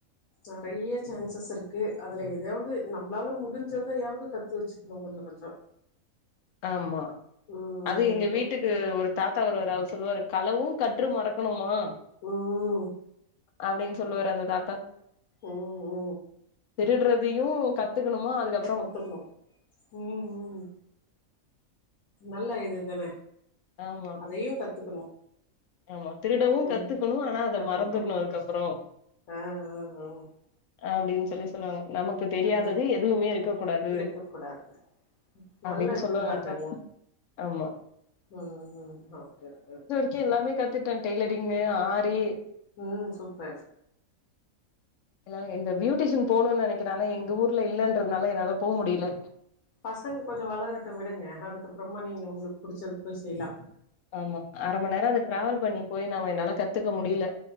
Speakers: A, on the left; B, on the left.
A: நெறைய சான்சஸ் இருக்கு அதுல எதயாவ்து நம்மளால முடிஞ்சதயாவ்து கத்து வச்சுக்கணு கொஞ்சொ கொஞ்சொ
B: ஆமா
A: ம்
B: அதுவ் எங்க வீட்டுக் கு ஒரு தாத்தா வருவாரு அவரு சொல்லுவாரு களவும் கற்று மறக்கணுமா
A: ம் ம்
B: அப்டின் சொல்லுவாரு அந்த தாத்தா
A: ம் ஓ ஒ
B: திருடுறதையு கத்துக்கணுமா அதுக்கப்
A: கத்துக்கணு ம் ம் நல்ல இதுதான
B: ஆமா
A: அதையு கத்துக்கணு
B: ஆமா திருடவு
A: ம்
B: கத்துக்கணு ஆனா அத
A: கத்துக்கணு
B: மறந்துரணு அதுக்கப்றோ
A: ஆ ஆ ஆ
B: அப்டின் சொல்லி சொல்லுவாங்க நமக்கு தெரியாதது
A: ஆ
B: எதுவுமே இருக்க கூடாது
A: இருக்க கூடாது நல்ல
B: அப்டின்
A: இதுதா
B: சொல்லுவாங்கா
A: அதெல்லா
B: அந்த தாத்தா ஆமா
A: ம் ம் ஓகே ஓகே கே
B: க்கெல்லாமே கத்துட்டே டெய்லரிங் ஆரி
A: ம் சூப்பர்
B: என்னால இந்த பியூட்டிஷியன் போனுன் நெனைக்கிறே ஆனா எங்க ஊர்ல இல்லன்றதுனால என்னால போக முடில
A: பசங்க கொஞ்சொ வளரட்டு விடுங்க அதுக்கப்புறமா நீங்க உங்களுக்கு புடிச்சத போய் செய்லா
B: ஆமா அர மண் நேரோ அது டிராவல் பண்ணி போய் நம்ம என்னால கத்துக்க முடியல